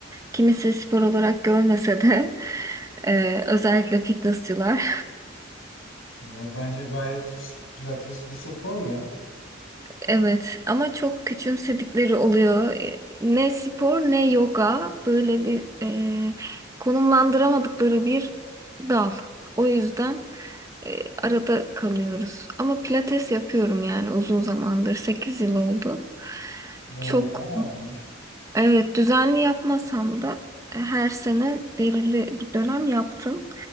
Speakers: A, on the right; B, on the left.
A: kimisi spor olarak görmese de e, özellikle fitnessçılar.
B: Ya, bence gayet s- pilates bir spor ya.
A: Evet ama çok küçümsedikleri oluyor. E, Ne spor ne yoga böyle bir e, konumlandıramadıkları bir dal. O yüzden e, arada kalıyoruz. Ama pilates yapıyorum yani uzun zamandır 8 yıl oldu.
B: O
A: Çok
B: bayağı olmuş.
A: evet düzenli yapmasam da e, her sene belirli bir dönem yaptım.